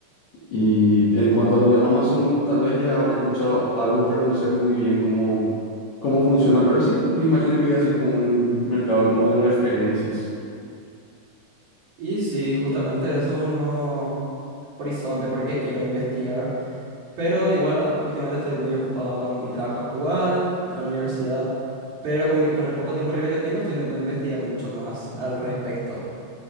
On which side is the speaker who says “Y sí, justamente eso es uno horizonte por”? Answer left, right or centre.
Right